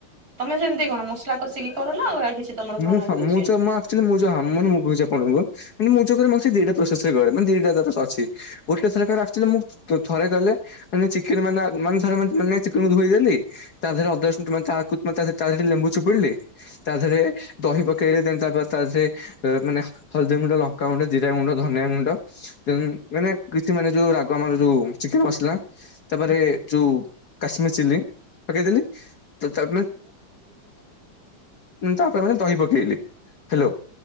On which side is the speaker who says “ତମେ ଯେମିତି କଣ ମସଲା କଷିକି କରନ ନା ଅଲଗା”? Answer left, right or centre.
Right